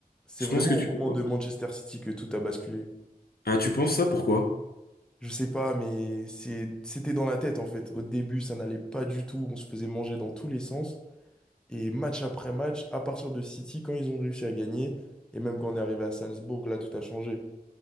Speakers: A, in the centre; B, on the left (about 80°).
A: c'est
B: je
A: vraiment
B: pense que tu
A: au moment
B: vois.
A: de Manchester City que tout a basculé.
B: Ah, tu penses ça, pourquoi?
A: Je sais pas, mais c'est, c'était dans la tête en fait. Au début, ça n'allait pas du tout. On se faisait manger dans tous les sens. Et match après match, à partir de City, quand ils ont réussi à gagner, et même quand on est arrivé à Salzbourg, là, tout a changé.